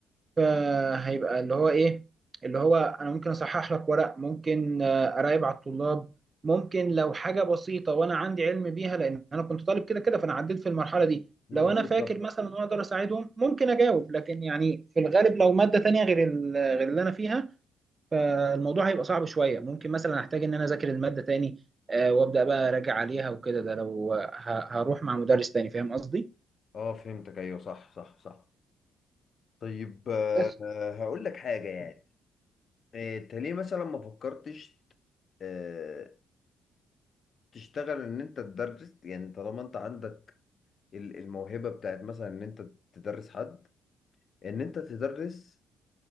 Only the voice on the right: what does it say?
فهيبقى اللي هو ايه اللي هو انا ممكن اصحح لك ورق ممكن آه، اراقب على الطلاب ممكن لو حاجه بسيطه وانا عندي علم بيها لان انا كنت طالب كده كده فانا عديت في المرحله دي
لو انا فاكر
مثلا ان أنا اقدر اساعدهم ممكن اجاوب لكن يعني في الغالب لو ماده تانية غير ال- غير اللي انا فيها فالموضوع هيبقى صعب شويه ممكن مثلا احتاج ان انا اذاكر الماده تاني آه، وابدا بقى اراجع عليها وكده ده لو ه- هروح مع مدرس تاني فاهم قصدي
بس